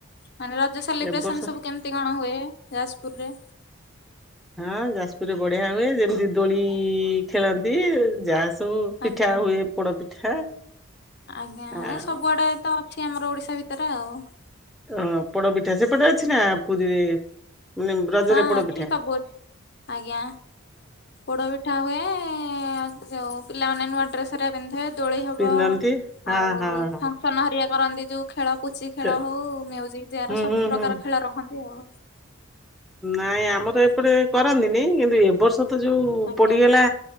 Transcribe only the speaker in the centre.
ଏ ବର୍ଷ
ହଁ ଯାଜପୁରରେ ବଢିଆ ହୁଏ। ଯେମିତି ଦୋଳି ଖେଳନ୍ତି। ଯା ସବୁ ପିଠା
ହୁଏ। ପୋଡ ପିଠା।
ଆଉ
ଓ ପୋଡପିଠା ସେପଟେ ଅଛି ନା? ପୁରୁରୀରେ ମାନେ ରଜରେ
ପୋଡ
ପିଠା?
ପିନ୍ଧନ୍ତି ହଁ
ହଁ ହଁ
କେ
ହୁଁ
ହୁଁ
ହୁଁ।
ନାଇଁ ଆମର
ଏପଟେ କରନ୍ତିନି। କିନ୍ତୁ ଏବ ବର୍ଷ ତ ଯୋଉ
ପଡିଗଲା